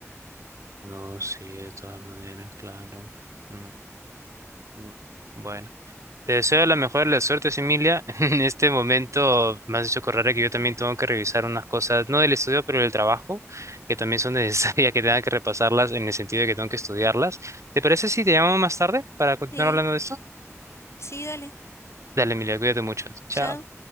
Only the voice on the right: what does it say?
No, sí, de todas maneras, claro. Mm, mm. Bueno, te deseo la mejor de las suertes, Emilia. <laughs> En este momento me has hecho correr que yo también tengo que revisar unas cosas, no del estudio, pero del trabajo, que también son necesarias, <laughs> que tenga que repasarlas en el sentido de que tengo que estudiarlas. ¿Te parece si te llamamos más tarde para continuar
hablando de esto?
Dale, Emilia, cuídate mucho. Chao.